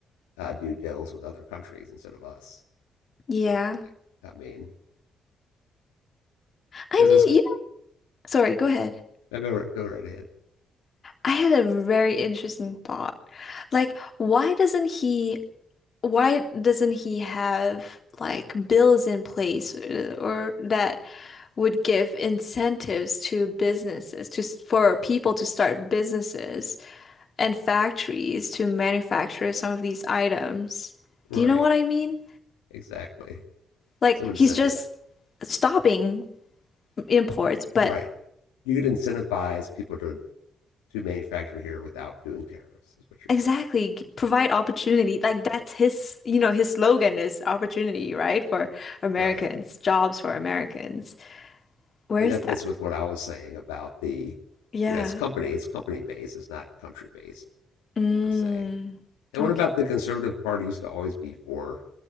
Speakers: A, on the left; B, on the left.
A: uh, do deals with other countries instead of us.
B: Yeah.
A: That's what I felt like. I mean,
B: I
A: because it's
B: mean, yeah. Sorry, go ahead.
A: now go go right ahead.
B: I had a very interesting thought. Like, why doesn't he, why doesn't he have like bills in place uh, or that would give incentives to businesses to s- for people to start businesses and factories to manufacture some of these items?
A: Right,
B: Do you know what I mean?
A: exactly.
B: Like
A: Some incentive.
B: he's just stopping imports, but
A: Right, you could incentivize people to to manufacture here without doing tariffs. Is what you're
B: exactly
A: saying.
B: provide opportunity. Like that's his, you know, his slogan is opportunity, right? For Americans,
A: Right,
B: jobs for Americans. Where
A: and
B: is
A: that
B: that?
A: fits with what I was saying about the,
B: Yeah.
A: you know, it's company, it's company based, it's not country based
B: Mm.
A: per se. And
B: Okay,
A: what about the conservative party used to always be for